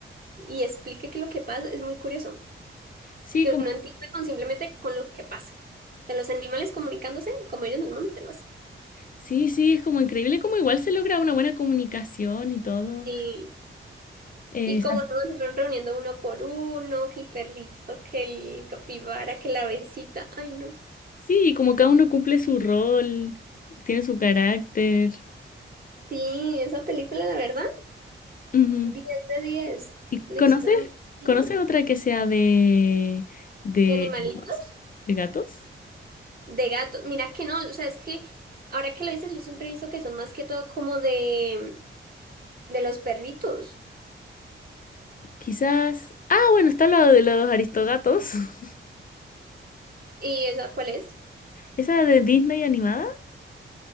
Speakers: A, on the right (about 45°); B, on the left (about 40°).
A: y explique qué es lo que pasa, es muy curioso.
B: Sí,
A: Que
B: como,
A: uno entienda con simplemente con lo que pasa. De los animales comunicándose como ellos normalmente lo hacen.
B: sí, sí, es como increíble como igual se logra una buena comunicación y todo.
A: Sí.
B: Eh,
A: Y como
B: se hace-
A: no se fueron reuniendo uno por uno, que el perrito, que el capibara, que la besita. Ay, no.
B: sí, como cada uno cumple su rol, tiene su carácter.
A: Sí, esa película, la verdad,
B: Ujú.
A: diez de diez
B: ¿Y
A: Le
B: conoces,
A: hicieron muy
B: conoces
A: bien.
B: otra que sea de, de
A: De animalitos,
B: gatos? ¿De gatos?
A: de gatos. Mira que no, o sea, es que ahora que lo dices, yo siempre he visto que son más que todo como de, de los perritos.
B: Quizás. Ah, bueno, está la de los aristogatos. <laughs>
A: ¿Y esa cuál es?
B: Esa de Disney animada.